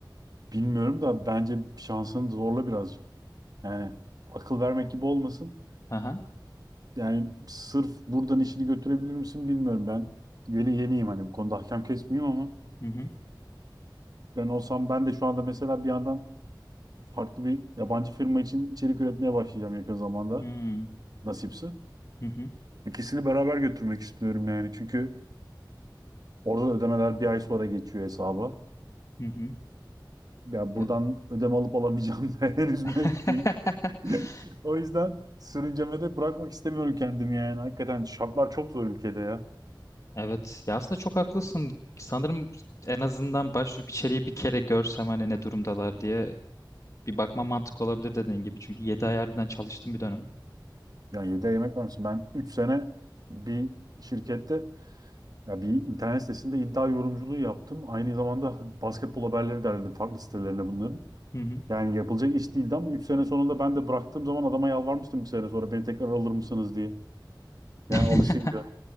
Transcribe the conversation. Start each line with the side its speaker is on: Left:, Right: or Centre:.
Right: bilmiyorum da bence şansını zorla birazcık. Yani akıl vermek gibi olmasın.
Left: Aha.
Right: Yani sırf buradan işini götürebilir misin bilmiyorum ben. Yeni yeniyim hani bu konuda hakem kesmeyeyim ama
Left: Hı hı.
Right: ben olsam ben de şu anda mesela bir yandan farklı bir yabancı firma için içerik üretmeye başlayacağım yakın zamanda
Left: Hmm.
Right: nasipse.
Left: Hı hı.
Right: İkisini beraber götürmek istiyorum yani çünkü orada da ödemeler bir ay sonra geçiyor hesaba.
Left: Hı hı.
Right: Ya
Left: Ya.
Right: buradan ödeme alıp alamayacağım <laughs> da henüz net
Left: <laughs>
Right: değil. O yüzden sürüncemede bırakmak istemiyorum kendimi yani. Hakikaten şartlar çok zor ülkede ya.
Left: Evet ya aslında çok haklısın. Sanırım en azından başvurup içeriği bir kere görsem hani ne durumdalar diye bir bakma mantık olabilir dediğin gibi. Çünkü 7 ay harbiden çalıştım bir dönem.
Right: Ya yedi ay yemek var mısın? Ben 3 sene bir şirkette ya bir internet sitesinde iddia yorumculuğu yaptım. Aynı zamanda basketbol haberleri derledim farklı sitelerine bunların.
Left: Hı hı.
Right: Yani yapılacak iş değildi ama 3 sene sonunda ben de bıraktığım zaman adama yalvarmıştım bir sene sonra beni tekrar alır mısınız diye.
Left: <laughs>
Right: Yani alışınca.